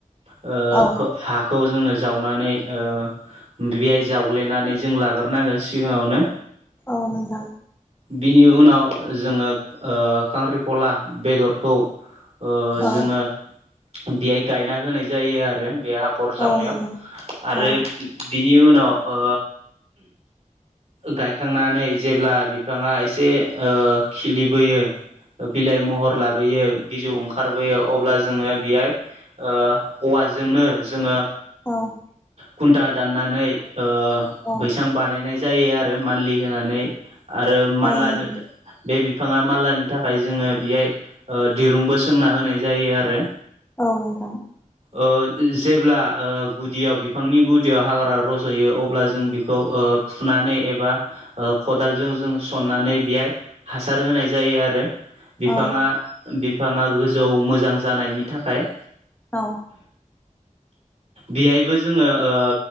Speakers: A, on the right (about 55°); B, on the left (about 15°).
A: ओ
B: औ
A: खो हाखौ जोङो जावनानै ओ बेहाय जावग्लेनानै जों लाग्रोनांगोन सिगाङावनो।
B: औ नोंथां
A: बिनि उनाव जोङो ओ खांख्रिखला बेदरखौ ओ
B: औ
A: जोङो बेहाय गायना होनाय जायो आरो बे हर जावनायाव
B: औ नोंथां
A: आरो
B: औ
A: बिनि उनाव ओ गायखांना नै जेब्ला बिफाङा एसे खिलिबोयो बिलाय महर ला बोयो बिजौ ओंखारबोयो अब्ला जोङो बेहाय ओ औवाजोंनो जोङो
B: औ।
A: खुन्टा दाननानै ओ
B: औ
A: बैसां बानायनाय जायो आरो मानलि होनानै आरो मानलानो
B: औ नोंथां
A: बे बिफाङा मानलानो थाखाय जोङो बेहाय ओ दिरुंबो सोंना होनाय जायो आरो
B: औ नोंथां।
A: ओ जेब्ला ओ गुदियाव बिफांनि गुदियाव हाग्रा रज'यो अब्ला जों बे खौ ओ फुनानै एबा ओ खदालजों जों सननानै बेहाय हासार होनाय जायो आरो। बिफाङा
B: औ
A: बिफाङा गोजौ मोजां जानायनि थाखाय।
B: औ।
A: बिहायबो जोङो ओ